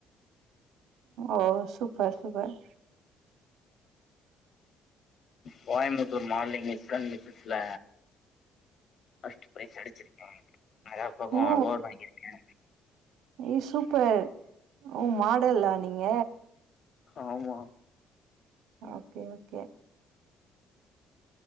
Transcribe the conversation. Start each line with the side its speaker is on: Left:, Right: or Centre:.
Right: ஓ super super
Left: Coimbatore modelling mister and மிசஸ்ல ஃபஸ்ட் ப்ரைஸ் அடிச்சிருக்கே அது அப்பறமா
Right: ஓ
Left: அவார்ட் வாங்கிருக்கே
Right: ஏ சூப்பர் ஓ மாடல்லா நீங்க
Left: ஆமா
Right: ஓகே ஓகே